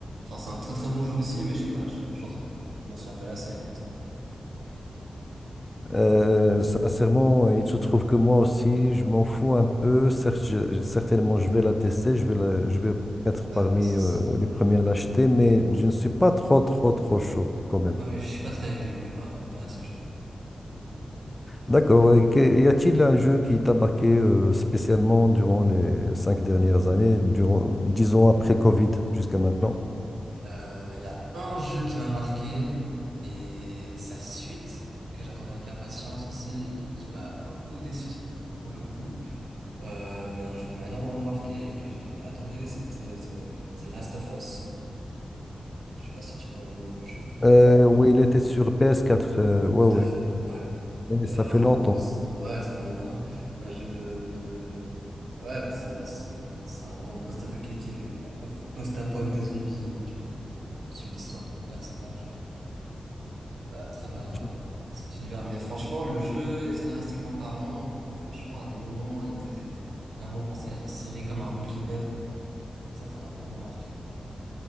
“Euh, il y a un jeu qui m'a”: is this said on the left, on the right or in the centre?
Right